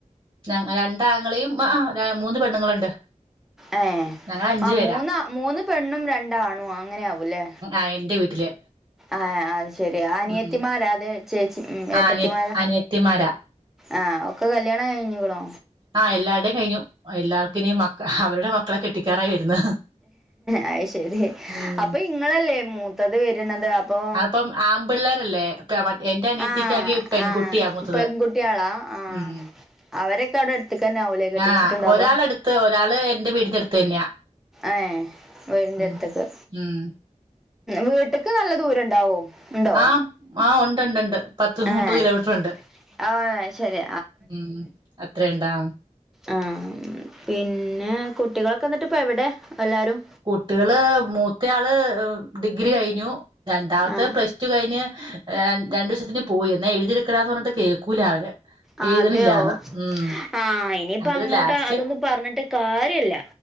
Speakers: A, on the right; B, in the centre.
A: ഞ രണ്ടാങ്ങളെയും ആ മൂന്ന് പെണ്ണുങ്ങളുണ്ട്
B: ഏ
A: ഞങ്ങള് അഞ്ചു
B: ആ
A: പേരാ
B: മൂന്ന മൂന്ന് പെണ്ണും രണ്ടാണു അങ്ങനെ ആാവൂല്ലേ
A: ആ എറെ വീട്ടില്
B: ആഹ് അത് ശരി ആ നിയിയത്തിമാരാ
A: ഉം
B: അതെ ചേച്ചി ഉ ഏട്ടത്തിമാര
A: അനിയ അനിയത്തിമാരാ
B: ആ ഒക്കെ കല്യാണം കഴിഞ്ഞ കടോ
A: ആഹ എല്ലാരുടെേയും കഴിഞ്ഞു എല്ലാർക്കിന മ അവരുടെ മക്കളെ കെട്ടിക്കാറായി വരുന്ന
B: അ ശരി
A: ഉം
B: അപ്പൊ ഇങ്ങളല്ലേ മൂത്തത് വരുന്നത് അപ്പൊ
A: അപ്പം ആമ്പിള്ളേരല്ലേ എന്റെ അനിയത്തിക്കാങ്കി
B: എാ ആഹ
A: പെൺകുട്ടിയാ
B: ആഹ ഇപ്പൊ
A: മൂത്തത്
B: പെൺകുട്ടി ആളാ ആഹ
A: ഉം
B: അവരൊക്കെ അവിടെ എടുത്തക്കന്നെ ആവല കെട്ടിച്ചിട്ടുണ്ടാവ
A: ആഹ് ഒരാളടുത്ത് ഒരാള് എന്റെ വീടിന്റെ അടുത്ത് തന്നെയാ
B: ആ വേടിന്റെ
A: ഉം
B: അടുത്തേക്ക്
A: ഉം
B: വീട്ടക്ക് നല്ല ദൂരം ഉണ്ടാവോ ഉണ്ടോ
A: ആ ആ ഉണ്ട ഉണ്ട് ഉണ്ട് പത്ത മുപ്പത്
B: ഏഹ്
A: കിലോമീറ്റർുണ്ട്
B: ആഹ് ശരി
A: ഉം അത്രേണ്ടാ
B: ആ പിന്നെ കുട്ടികളൊക്കെ എന്നിട്ട് ഇപ്പ എവിടെ എല്ലാരും
A: കുട്ടികള് മൂത്ത ആള് ഡിഗ്രി കഴിഞ്ഞു രണ്ടാമത്തെ
B: ആഹ്
A: പ്ലസ് ടു കഴിഞ്ഞ് രണ്ടുിവസത്തിന് പോയി എന്നാ എഴുതിയടുക്കണന്ന് പറഞ്ഞിട്ട് കേൾക്കൂല അവര്
B: ആ
A: എഴുതണില്ലാന്ന്
B: അതെയോ
A: ഉം
B: ആ് ഇനിയിപ്പ
A: എന്നിട്ട്
B: അങ്ങോട്ട്
A: ലാസ്റ്റ്
B: അതൊന്നും പറഞ്ഞിട്ട് കാര്യല്ല